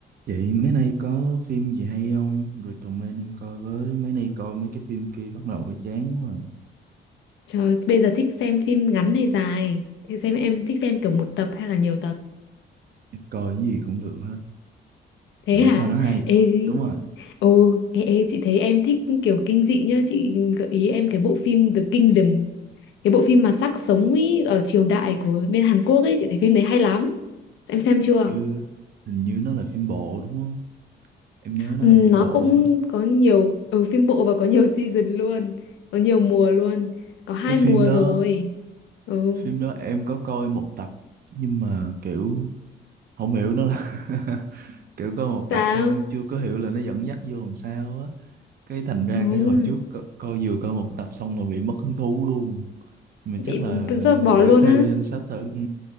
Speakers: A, on the right (about 50°); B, on the left (about 70°).
A: Chị mấy nay có phim gì hay không? Recommend em coi với. Mấy nay coi mấy cái phim kia bắt đầu bị chán quá. à.
B: Trời, bây giờ thích xem phim ngắn hay dài? Thế xem em thích xem kiểu một tập hay là nhiều tập?
A: Em coi cái gì cũng được hết.
B: Thế
A: Miễn
B: hả?
A: sao nó hay.
B: Ê, gì?
A: Đúng rồi.
B: ồ, ê, ê, chị thấy em thích kiểu kinh dị nhá. Chị gợi ý em cái bộ phim The Kingdom. Cái bộ phim mà xác sống ý, ở triều đại của bên Hàn Quốc ấy. Chị thấy phim đấy hay lắm. Em xem chưa?
A: Như hình như nó là phim bộ đúng không? Em nhớ nó
B: Ừ,
A: là phim
B: nó
A: bộ
B: cũng
A: á.
B: có nhiều, ừ, phim bộ và có nhiều <laughs> season luôn. Có nhiều mùa luôn. Có hai
A: Cái phim
B: mùa
A: đó,
B: rồi. Ừ,
A: phim đó em có coi một tập nhưng mà kiểu không hiểu nó là <laughs> kiểu coi một
B: sao?
A: tập xong em chưa có hiểu là nó dẫn dắt vô làm sao á. cái thành ra
B: Ừ,
A: cái hồi trước co coi vừa coi một tập xong là bị mất hứng thú luôn Nhưng mà
B: bị
A: chắc là
B: do bỏ
A: để
B: luôn
A: thêm
B: á.
A: vô danh sách thử ừ.